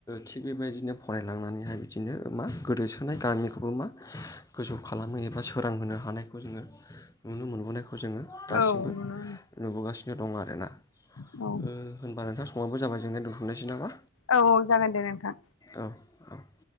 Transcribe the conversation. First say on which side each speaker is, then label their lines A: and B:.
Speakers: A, on the left; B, on the left.
A: थिग बेबायदिनो फरायलांनानैहाय बिदिनो मा गोदोसोनाय गामिखौबो मा गोजौ खालामो एबा सोरांहोनो हानायखौ जोङो नुनो मोनबोनायखौ जोङो दासिमबो
B: औ नुनो
A: नुबोगासिनो दं आरोना
B: मोनो
A: ओ होनबा नोंथां समाबो जाबाय जोंनाय दोनथुमनायसै नामा
B: औ औ जागोन दे नोंथां
A: औ औ